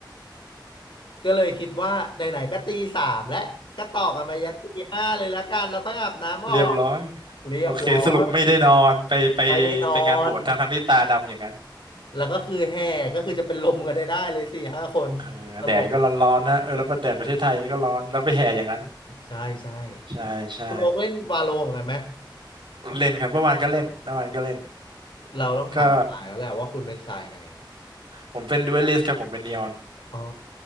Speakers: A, on the left; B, on the right.
A: ก็เลยคิดว่าไหนๆก็ตีสามและก็ต่อกันไปยันตีห้าเลยละกันแล้วค่อยอาบน้ำออก
B: เรียบร้อย
A: เรียบร้อย
B: โอเคสรุปไม่ได้นอนไปไป
A: ไม่ได้นอน
B: ไปงานบวชทั้งทั้งที่ตาดำอย่างนั้น
A: แล้วก็คือแห่ก็คือจะเป็นลมกันได้ได้เลยสี่ห้าคน
B: เออแดดก็ร้อนๆนะเออแล้วประเทศประเทศไทยนี่ก็ร้อนแล้วไปแห่อย่างนั้น
A: ตลก ใช่ใช่
B: ใช่ใช่
A: คุณโอ๊กเล่นวาโลเหมือนกันไหม
B: เล่นครับเมื่อวานก็เล่นเมื่อวานก็เล่น
A: เราต้องถามสายแล้วแหละว่าคุณเป็นสายไหน
B: ก็ผมเป็นดูเอลิสกับผมเป็นนีออน
A: อ๋อ